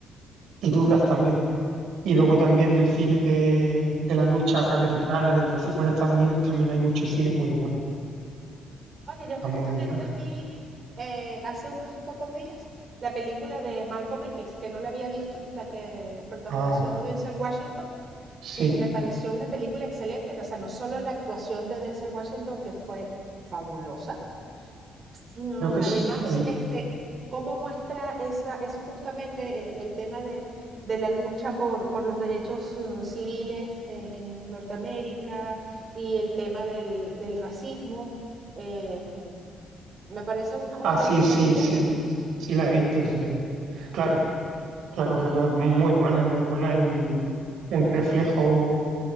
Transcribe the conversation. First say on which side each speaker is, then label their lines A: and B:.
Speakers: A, on the right; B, on the right.
A: y duras también. Y luego también del cine de, de la lucha afroamericana, del racismo en Estados Unidos, también hay mucho cine muy bueno.
B: Oye,
A: Está
B: yo justamente
A: muy... Ah,
B: vi eh, hace unos pocos días la película de Malcolm X, que no la había visto, la que protagonizó
A: ah,
B: Denzel Washington,
A: sí,
B: Y me pareció una película excelente, o sea, no solo la actuación de Denzel Washington, que fue fabulosa, sino
A: creo que
B: además
A: sí que la vi.
B: este, cómo muestra esa, eso justamente el, el tema de, de la lucha por, por los derechos eh, civiles en, en Norteamérica y el tema del, del racismo. eh, me parece una, una
A: Ah,
B: película
A: sí, sí,
B: muy buena.
A: sí, sí la he visto, sí la he visto. Claro, claro, claro, es muy buena, es muy buena y un reflejo,